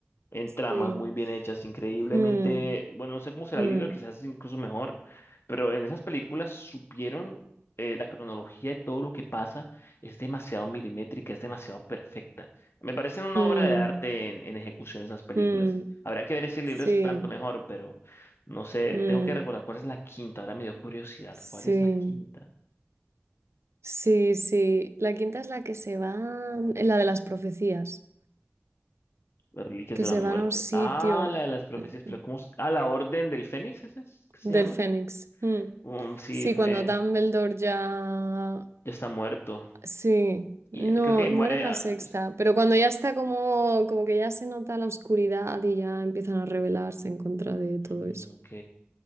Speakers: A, on the left; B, on the right.
A: en tramas
B: sí.
A: muy bien hechas, increíblemente,
B: Mm,
A: bueno, no sé cómo será
B: mm,
A: el libro, quizás es incluso mejor, pero en esas películas supieron eh, la cronología de todo lo que pasa, es demasiado milimétrica, es demasiado perfecta. Me parecen una
B: mm,
A: obra de arte en, en ejecución esas películas.
B: mm,
A: Habrá que ver si el
B: sí.
A: libro es tanto mejor, pero no sé,
B: mm,
A: tengo que recordar cuál es la quinta, ahora me dio curiosidad,
B: sí.
A: ¿cuál es la quinta?
B: Sí, sí. La quinta es la que se van, eh, la de las profecías,
A: Las Reliquias
B: que
A: de
B: se
A: la Muerte.
B: van a un sitio
A: Ah, la de las profecías,
B: mm,
A: pero ¿cómo? se- Ah, la Orden del Fénix, ¿esa es? ¿Qué se
B: del
A: llama?
B: Fénix. Mm.
A: Um, sí,
B: Sí,
A: fue.
B: cuando Dumbledore ya...
A: ya está muerto.
B: Sí,
A: Y
B: no,
A: creo que ahí muere.
B: muere en la
A: ah,
B: sexta,
A: pues,
B: pero cuando ya está como, como que ya se nota la oscuridad y ya empiezan a rebelarse en contra de todo
A: mm,
B: eso.
A: ok.